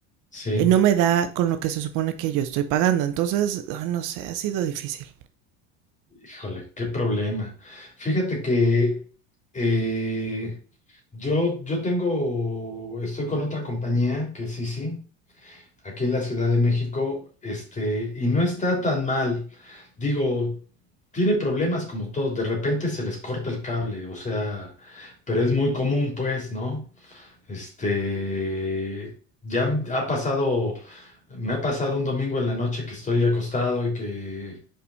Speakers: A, on the left; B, on the right.
A: sí.
B: eh, no me da con lo que se supone que yo estoy pagando. Entonces, oh, no sé, ha sido difícil.
A: Híjole, qué problema. Fíjate que eh, yo, yo tengo, estoy con otra compañía que sí, sí, aquí en la Ciudad de México, este, y no está tan mal. Digo, tiene problemas como todos, de repente se les corta el cable, o sea, pero es muy común, pues, ¿no? Este, ya ha pasado, me ha pasado un domingo en la noche que estoy acostado y que,